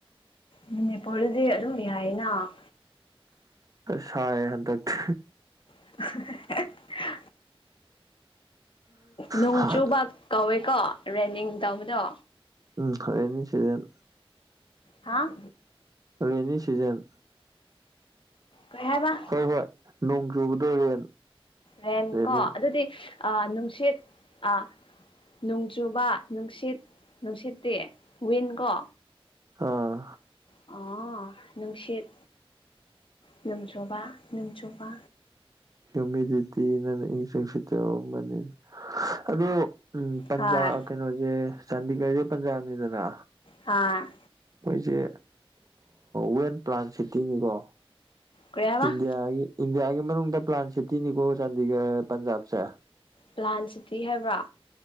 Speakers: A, on the left (about 60°); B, on the right (about 40°).
A: ꯃꯅꯤꯄꯨꯔꯗꯗꯤ ꯑꯗꯨꯝ ꯌꯥꯏꯅ
B: ꯁꯥꯢ ꯍꯟꯗꯛꯗꯤ
A: <inaudible> ꯅꯣꯡ
B: ꯍꯥꯟꯅ
A: ꯆꯨꯕ ꯀꯧꯋꯦꯀꯣ ꯔꯦꯟꯅꯤꯡ ꯇꯧꯕꯗꯣ
B: ꯎꯝ ꯔꯦꯟꯅꯤ ꯁꯤꯖꯦꯟ
A: ꯍꯥꯥ
B: ꯔꯦꯟꯅꯤ ꯁꯤꯖꯟ
A: ꯀꯩ ꯍꯥꯏꯕ
B: ꯍꯣꯏ ꯍꯣꯏ ꯅꯣꯡ ꯆꯨꯕꯗꯣ ꯔꯦꯟ
A: ꯍꯦꯟ
B: ꯔꯦꯅꯤꯡ
A: ꯀꯣ ꯑꯗꯨꯗꯤ ꯑ ꯅꯨꯡꯁꯤꯠ ꯑꯥ ꯅꯣꯡ ꯆꯨꯕ ꯅꯨꯡꯁꯤꯠ ꯅꯨꯡꯁꯤꯠꯇꯤ ꯋꯤꯟ ꯀꯣ
B: ꯑꯥ
A: ꯑ ꯅꯨꯡꯁꯤꯠ ꯅꯣꯡ ꯆꯨꯕ ꯅꯣꯡ ꯆꯨꯕ
B: ꯍꯤꯌꯨꯃꯤꯗꯤꯇꯤꯅꯅ ꯏꯪ ꯅꯨꯡꯁꯤꯆꯔꯝꯕꯅꯤꯅ ꯑꯣ <inaudible> ꯎꯝ ꯄꯟꯖꯥ
A: ꯍꯣꯏ
B: ꯀꯩꯅꯣꯁꯦ ꯆꯥꯟꯗꯤꯒꯔꯁꯦ ꯄꯟꯖꯥꯕꯅꯤꯗꯅ
A: ꯍꯣꯢ
B: ꯃꯣꯏꯁꯦ ꯋꯦꯟ ꯄ꯭ꯂꯥꯟ ꯁꯤꯇꯤꯅꯤꯀꯣ
A: ꯀꯔꯤ ꯍꯥꯏꯕ
B: ꯏꯟꯗꯤꯌꯥꯒꯤ ꯏꯟꯗꯤꯌꯥꯒꯤ ꯃꯅꯨꯡꯗ ꯄ꯭ꯂꯥꯟ ꯁꯤꯇꯤꯅꯤꯀꯣ ꯆꯥꯟꯗꯤꯒꯔ ꯄꯟꯖꯥꯞꯁꯦ
A: ꯄ꯭ꯂꯥꯟ ꯁꯤꯇꯤ ꯍꯥꯏꯕ꯭ꯔꯥ